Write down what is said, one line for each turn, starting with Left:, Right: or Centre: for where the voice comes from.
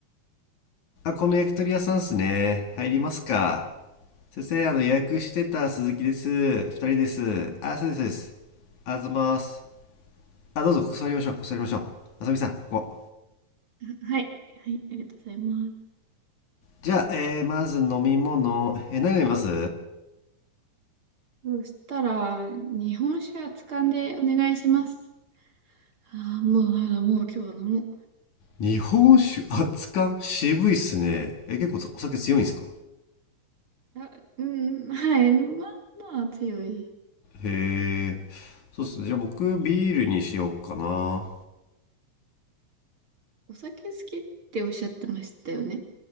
Left: この焼き鳥屋さんっすね入りますか先生あの予約してた鈴木です2人ですあそうですそうですあざますあどうぞここ座りましょうここ座りましょうあさみさんここ
Right: あはい、はい、ありがとうございます。
Left: じゃあ、えーまず飲み物、えー何飲みます
Right: そしたら、日本酒はつかんでお願いします。ああ、もう、あもう今日飲も
Left: 日本酒、熱燗、渋いっすね。えー結構お酒強いんですか
Right: う。あ、うん、はい。まあまあ強い。
Left: へえ、そうっすね。じゃあ僕、ビールにしようかな。
Right: お酒好きっておっしゃってましたよね。